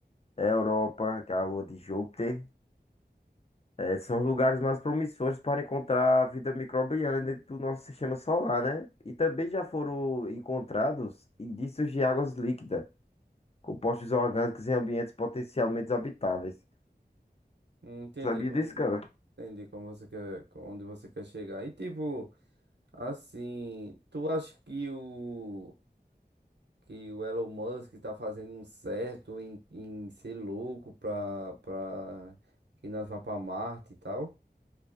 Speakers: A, on the left; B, on the right.
A: é, Europa, que é a lua de Júpiter, é, são os lugares mais promissores para encontrar vida microbiana dentro do nosso sistema solar, né? E também já foram encontrados indícios de águas líquidas, compostos orgânicos em ambientes potencialmente habitáveis.
B: Entendi
A: Sabia
B: como,
A: disso, cara?
B: entendi como você quer, onde você quer chegar. E tipo, assim, tu acha que o que o Elon Musk tá fazendo um certo em, em ser louco pra, pra que nós vá pra Marte e tal.